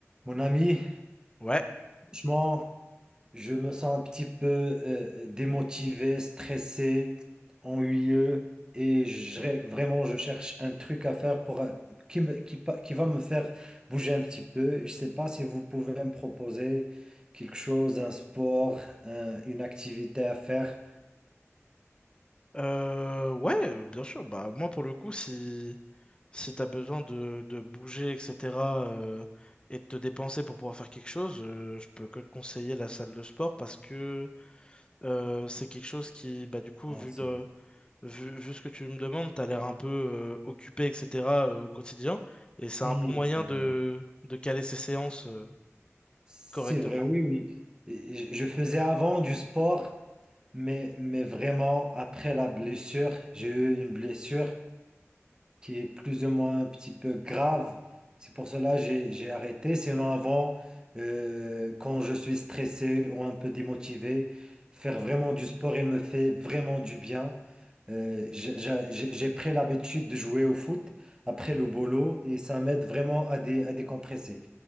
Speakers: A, on the right; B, on the left.
A: Mon ami,
B: Ouais,
A: franchement, je me sens un petit peu euh, démotivé, stressé, ennuyeux et je rê- vraiment je cherche un truc à faire pour, euh, qui, me- qui, pa- qui va me faire bouger un petit peu. Je ne sais pas si vous pouvez me proposer quelque chose, un sport, un- une activité à faire.
B: euh, ouais, euh, bien sûr. Bah, moi, pour le coup, si, si t'as besoin de, de bouger, etc., euh, et de te dépenser pour pouvoir faire quelque chose, euh, je peux que te conseiller la salle de sport parce que euh, c'est quelque chose qui, bah, du coup,
A: Ah,
B: vu,
A: c'est
B: de, vu, vu ce que tu me demandes, t'as l'air un peu euh, occupé, etc., euh, au quotidien. Et c'est
A: si,
B: un bon moyen
A: c'est
B: de,
A: vrai.
B: de caler ses séances euh,
A: C'est
B: correctement.
A: vrai, oui, oui. Et Je je faisais avant du sport, mais, mais vraiment, après la blessure, j'ai eu une blessure. qui est plus ou moins un petit peu grave. C'est pour cela que j'ai j'ai arrêté. Sinon, avant, euh, quand je suis stressé ou un peu démotivé, faire vraiment du sport, il me fait vraiment du bien. Euh, j'ai j'ai- j'ai- j'ai pris l'habitude de jouer au foot après le boulot et ça m'aide vraiment à, dé- à décompresser.